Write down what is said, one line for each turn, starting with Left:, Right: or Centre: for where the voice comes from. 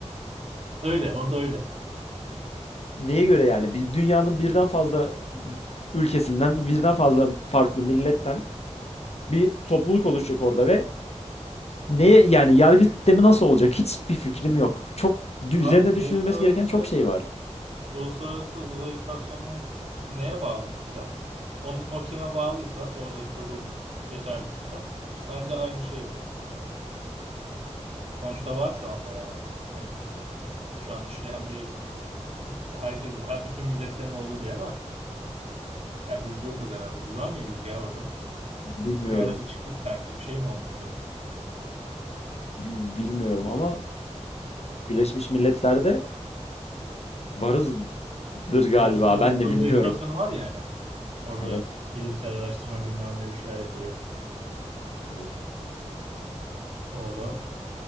Right: Öyle orada öyle.
Left: Neye göre yani? Bir dünyanın birden fazla ülkesinden, birden fazla farklı milletten bir topluluk oluşacak orada ve neye yani yargı sistemi nasıl olacak? Hiçbir fikrim yok. Çok üzerine
Right: Abi
Left: düşünülmesi
Right: uluslararası
Left: gereken çok şey var.
Right: Uluslararası Uzay İstasyonu'nun neye bağlı mesela? Onun, o kime bağlıysa oradaki hukuk geçerli sistem bence aynı şey olur. Sonuçta var şu anda yani. Yani şu an işleyen bir herkes her bütün milletlerin olduğu bir yer var. Ya biz yokuz herhalde. Biz var mıydık ya orada?
Left: Bilmiyorum.
Right: Bir ara bir çıktık sanki. Bir şey mi olmuştu?
Left: Bi- Bilmiyorum ama Birleşmiş Milletler'de varızdır galiba.
Right: Uluslararası
Left: Ben de
Right: Uzay
Left: bilmiyorum.
Right: İstasyonu var ya yani. Orada
Left: Evet.
Right: bilimsel araştırma bilmem ne bir şeyler yapılıyor.
Left: Evet.
Right: Orada